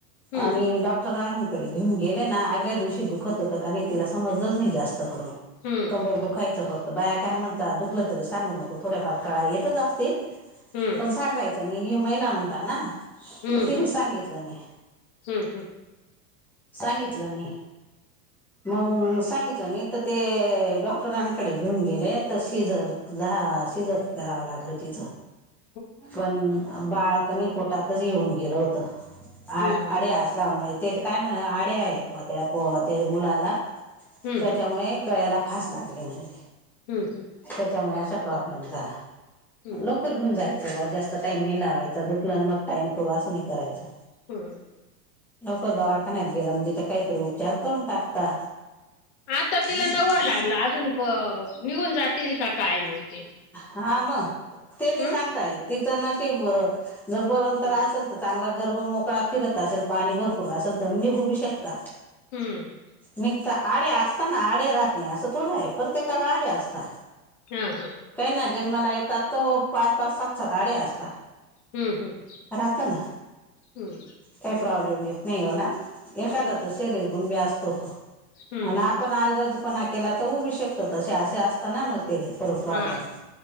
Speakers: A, on the left (about 45°); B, in the centre.
A: हम्म
B: आणि डॉक्टरकडे घेऊन गेले ना आदल्या दिवशी दुखत होतं. नाही तिला समजलंच नाही जास्त करून.
A: हम्म.
B: कंबर दुखायचं फक्त बाया काय म्हणतात दुखल तरी सांगू नको थोड्याफार कळा येतच असतील.
A: हम्म.
B: हे सांगायचं नाही, हे महिला म्हणता ना.
A: हम्म
B: मग तिने
A: हम्म
B: सांगितलं नाही
A: हम्म हम्म.
B: सांगितलं नाही.
A: <inaudible>
B: मग सांगितलं नाही तर ते, डॉक्टरांनकडे घेऊन गेले तर सिजर धा. सिजर करावं लागलं तिच.
A: <inaudible>
B: पण बाळ कणी, पोटातच हे होऊन गेलं होतं. आ
A: हम्म
B: अड्या असल्यामुळे ते, काय म्हणा अड्या आहेत ब त्या ते मुलाला.
A: हम्म
B: त्यांच्यामुळे
A: हम्म
B: गळ्याला फास लागले म्हणे.
A: हम् हम्म.
B: त्यांच्यामुळे अशा प्रॉब्लेम झाला.
A: हम्म
B: लोक घेऊन जायचं बा जास्त टाइम नाही लावायचा, दुखलन मग टाइम करू असं नाही करायचा.
A: हम.
B: लोक दवाखान्यात गेलं म्हणजे, तर काय तरी उपचार करून टाकता.
A: आता तिला नव्वा लागला. अजून प निघून जातील का काय मग ते.
B: हां मग, ते नाही
A: हम्म
B: सांगता येत तिचं नशीब जर बळवंतर
A: हम्म
B: असेल तर चांगला गर्भ मोकळा फिरत असेल, पाणी भरपूर असेल तर निघू बी शकत.
A: हम्म
B: निघता आडे असताना, आडे राहत नाही असं थोडं आहे. प्रत्येकाला आडी अस्ता.
A: हा हा.
B: काही ना जन्माला येतात तो, पाच पाच सात सात आडे असता.
A: हम्म हम्म
B: राहता ना,
A: हम्म
B: काही प्रॉब्लेम येत नाही एवढा. एखादा
A: हम्म
B: त शरीर गुणबी असतो तो,
A: हम्म
B: आणि आपण आलर्गजी. पणा केला तर होवू बी शकत तसं असे, असता ना मग ते बी प्रोब्लेम
A: हा